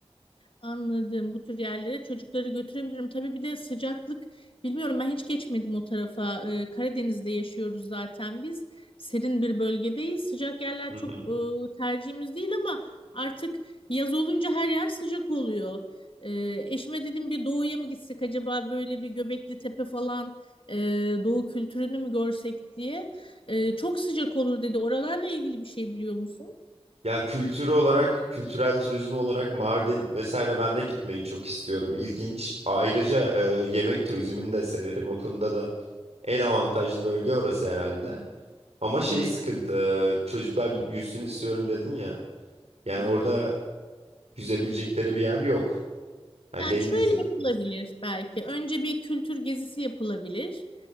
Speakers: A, on the left; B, on the right.
A: Anladım. Bu tür yerlere çocukları götürebilirim. Tabii bir de sıcaklık bilmiyorum ben hiç geçmedim o tarafa. Ee, Karadeniz'de yaşıyoruz zaten biz. Serin bir bölgedeyiz. Sıcak yerler
B: Hı hı.
A: çok e, tercihimiz değil ama artık yaz olunca her yer sıcak oluyor. Ee, eşime dedim bir doğuya mı gitsek acaba böyle bir Göbekli Tepe falan e, doğu kültürünü mü görsek diye. Ee, çok sıcak olur dedi. Oralarla ilgili bir şey biliyor musun?
B: Ya kültür olarak, kültürel turizm olarak Mardin vesaire ben de gitmeyi çok istiyorum. İlginç. Ayrıca e, yemek turizmini de severim. O konuda da en avantajlı bölge orası herhalde. Ama şey
A: Evet.
B: sıkıntı, çocuklar yüzsün istiyorum dedin ya. Yani
A: Hmm.
B: orada yüzebilecekleri bir yer yok. Hani
A: Yani
B: deniz
A: şöyle
B: yok.
A: yapılabilir belki. Önce bir kültür gezisi yapılabilir.